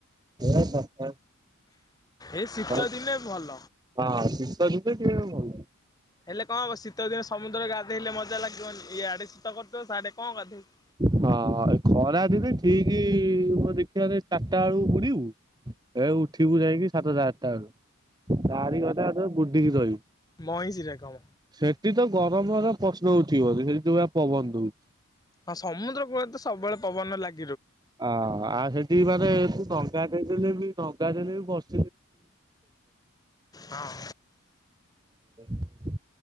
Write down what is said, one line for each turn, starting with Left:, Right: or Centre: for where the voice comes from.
Right: ଏ କଥା
Left: ଏ ଶୀତ
Right: ହଁ
Left: ଦିନେ ଭଲ
Right: ଶୀତ ଥିଲେ ଟିକେ ଭଲ।
Left: ହେଲେ କଣ ହବ ଶୀତ ଦିନ ସମୁଦ୍ରରେ ଗାଧେଇଲେ ମଜା ଲାଗିବନି ଇଆଡେ ଶୀତ କରିଥିବ ସିଆଡେ କଣ ଗାଧେଇବୁ।
Right: ହଁ ଏ ଖରା ଦିନେ ଠିକ ମୋ ଦେଖିବାରେ ଚାରିଟା ବେଳୁ ବୁଡିବୁ। ଏ ଉଠିବୁ ଯାଇକି ସାତଟା ଆଟା ବେଳୁ ଚାରି ଘଣ୍ଟା <unintelligible> ବୁଡିକି ରହିବୁ।
Left: ମଇଁଷିରେ କାମ
Right: ସେଠି ତ ଗରମର ପ୍ରଶ୍ନ ହଉ <unintelligible> ସେଠି ଯଆ ପବନ ଦ ହଉଛି।
Left: ହଁ ସମୁଦ୍ର କୂଳରେ ତ ସବୁବେଳେ ପବନ ଲା
Right: ଅ ଆଉ ସେଠି ମାନେ ଡଙ୍ଗା ଦେଇ ଦେଲେ ବି ଡଙ୍ଗା ଦେଲେ ବି ବସ
Left: ହଁ।
Right: <unintelligible>